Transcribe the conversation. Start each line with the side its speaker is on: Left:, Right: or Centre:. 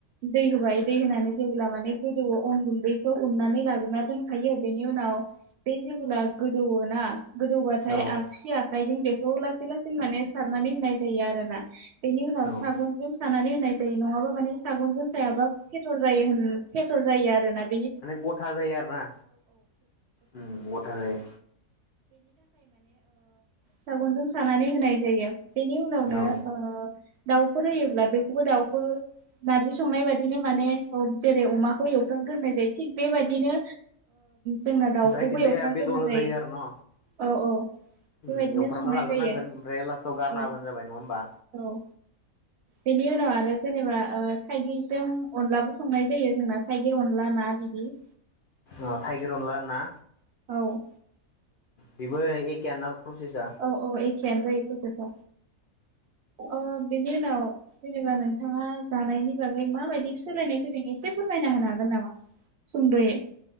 Right: दै होबाय दै होनानै जेबोब्ला माने गोदौवो अन गुन्दैखौ उननानै लाग्रोना दोनखायो बेनि उनाव बे जेबोब्ला गोदौवोना गोदौबाथाय
Left: औ
Right: आगसि आखायजों बेखौ लासै लासै माने नानै होनाय जायो आरो ना बेनि उनाव
Left: औ
Right: सागनजों सानानै होनाय जायो नङाबा माने सागनजों सायाबा फेथर होनो जायो आरोना <unintelligible> माने
Left: गथा जायो आरो ना उम गथा जायो
Right: सागनजों सानानै होनाय जायो बेनि उनावनो
Left: औ
Right: ओ दाउफोर होयोब्ला बेखौबो दाउखौ नारजि संनाय बाददिनो माने जेरै अमाखौ एवफ्रामग्रोनाय जायो थिग बेबायदिनो जोंना दाउखौबो
Left: जायखिजाया
Right: एवफ्रामग्रोनाय
Left: बेदर होजायो
Right: जायो
Left: आरो न'
Right: औ औ
Left: उम
Right: बेबायदिनो
Left: एवफ्रामना
Right: संनाय
Left: लाग्रोनांगोन
Right: जायो
Left: ओमफ्राय लास्टाव गार
Right: औ
Left: होबानो जाबाय नङा होमबा
Right: औ बेनि उनाव आरो जेनेबा ओ थाइगिरजों अनलाबो संनाय जायो जोंना थाइगिर अनला ना बिदि
Left: अ थाइगिर अनला ना
Right: औ
Left: बिबो एखेआनो ना प्रसेसा
Right: औ औ एखेयानो जायो प्रसेसा अ बेनि उनाव जेनेबा नोंथाङा जानायनि बागै माबायदि सोलायनाय फैदों एसे फोरमायना होनो हागोन नामा सुंद'यै